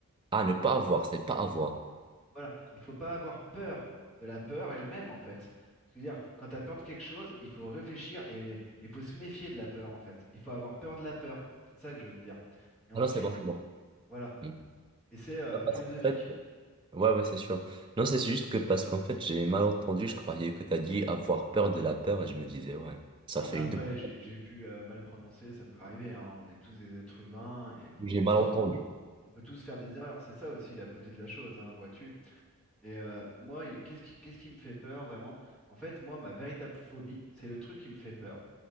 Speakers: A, on the right; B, in the centre.
A: ah, ne pas avoir, c'est pas avoir.
B: Voilà. Il faut pas avoir peur de la peur elle-même, en fait. C'est-à-dire, quand tu as peur de quelque chose, il faut réfléchir et il faut se méfier de la peur, en fait. Il faut avoir peur de la peur. C'est ça que je veux te dire. Et ensuite,
A: Ah non, c'est bon, c'est bon.
B: voilà.
A: Hmm.
B: Et c'est euh,
A: Non,
B: philosophique.
A: parce qu'en fait, Ouais, ouais, c'est sûr. Non, c'est juste que parce qu'en fait, j'ai mal entendu, je croyais que t'as dit avoir peur de la peur et je me disais, ouais, ça
B: Non,
A: fait
B: mais après,
A: une double.
B: j'ai j'ai pu euh, mal prononcer, ça peut arriver, hein, On est tous des êtres humains et
A: J'ai
B: justement,
A: mal entendu.
B: on peut tous faire des erreurs. C'est ça aussi la beauté de la chose, hein, vois-tu. Et euh, moi, y- qu'est-ce qui, qu'est-ce qui me fait peur vraiment? En fait, moi, ma véritable phobie, c'est le truc qui me fait peur.